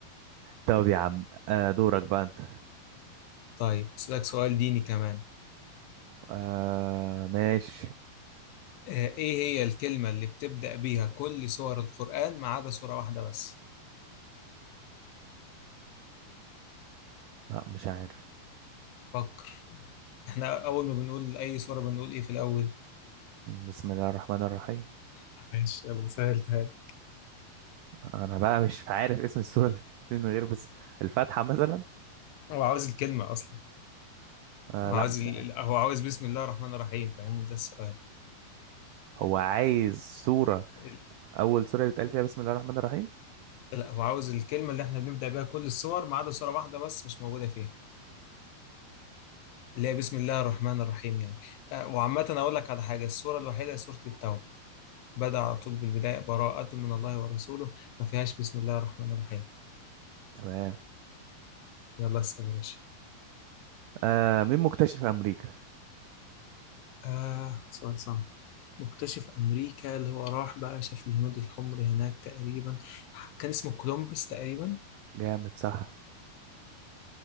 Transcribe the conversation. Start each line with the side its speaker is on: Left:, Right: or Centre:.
Right: طب يا عم آه دورك بقى انت
Left: طيب اسالك سؤال ديني كمان
Right: آه ماشي
Left: آه ايه هي الكلمه اللي بتبدا بيها كل سور القران ما عدا سوره واحده بس
Right: لا مش عارف
Left: فكر احنا اول ما بنقول اي سوره بنقول ايه في الاول
Right: بسم الله الرحمن الرحيم
Left: عايش يلا سهلتها لي.
Right: انا بقى مش عارف اسم السورة اللي بتتنين من غير بس الفاتحة مثلا
Left: هو عاوز الكلمة أصلا
Right: آه
Left: هو
Right: لا
Left: عاوز
Right: مش
Left: ال...
Right: عارف
Left: ال- هو عاوز بسم الله الرحمن الرحيم فاهمني ده السؤال
Right: هو عايز سورة
Left: ال-
Right: اول سورة بيتقال فيها بسم الله الرحمن الرحيم
Left: لا هو عاوز الكلمة اللي احنا بنبدأ بيها كل السور ما عدا سورة واحدة بس مش موجودة فيها اللي هي بسم الله الرحمن الرحيم يعني آه، وعامة أقول لك على حاجة السورة الوحيدة هي سورة التوبة بدأ على طول بالبداية براءة من الله ورسوله ما فيهاش بسم الله الرحمن الرحيم
Right: تمام
Left: يلا اسأل يا باشا
Right: آه مين مكتشف امريكا
Left: آه سؤال صعب مكتشف أمريكا اللي هو راح بقى شاف الهنود الحمر هناك تقريبا كان اسمه كولومبس تقريبا
Right: جامد صح